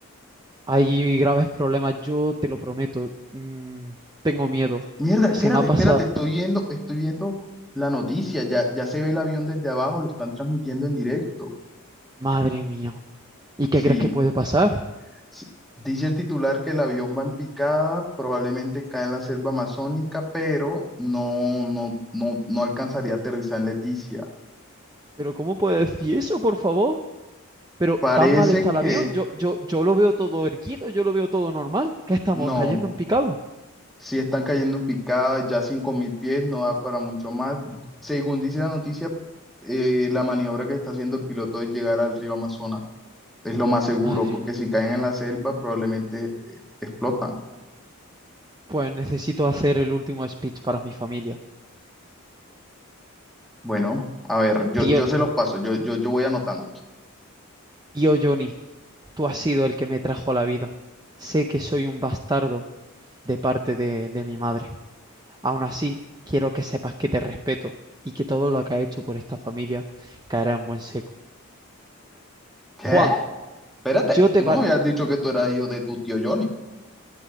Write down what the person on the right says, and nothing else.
hay graves problemas, yo te lo prometo. Mm, tengo miedo.
Se me ha pasado.
Madre mía. ¿Y qué
crees que puede pasar?
Pero ¿cómo puede decir eso, por favor? Pero
tan mal está el
avión, yo, yo, yo lo veo todo erguido, yo lo veo todo normal. ¿Qué estamos
cayendo en picado?
Madre,
pues necesito hacer el último speech para mi familia.
Tío,
tío Johnny, tú has sido el que me trajo a la vida. Sé que soy un bastardo de parte de, de mi madre. Aún así, quiero que sepas que te respeto y que todo lo que has hecho por esta familia caerá en buen seco.
Juan,
yo te,